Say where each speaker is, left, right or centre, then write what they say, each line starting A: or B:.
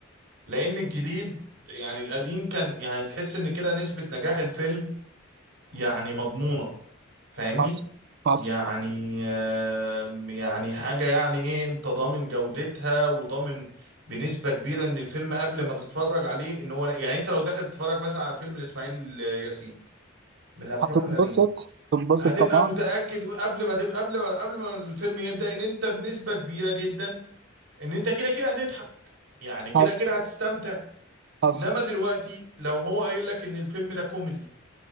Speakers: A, on the right; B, on the right.
A: لان الجديد يعني القديم كان يعني تحس ان كده نسبه نجاح الفيلم يعني مضمونه فاهمني
B: حصل حصل
A: يعني آم، يعني حاجه يعني ايه انت ضامن جودتها وضامن بنسبه كبيره ان الفيلم قبل ما تتفرج عليه ان هو يعني انت لو دخلت تتفرج مثلا على فيلم لاسماعيل ياسين من افلامه
B: هتنبسط
A: القديمه
B: تنبسط
A: هتبقى
B: طبعا
A: متأكد قبل ما تبقى قبل ما قبل ما الفيلم يبدأ ان انت بنسبة كبيرة جدا ان انت كده كده هتضحك يعني كده
B: حصل
A: كده هتستمتع
B: حصل
A: انما دلوقتي لو هو قايل لك ان الفيلم ده كوميدي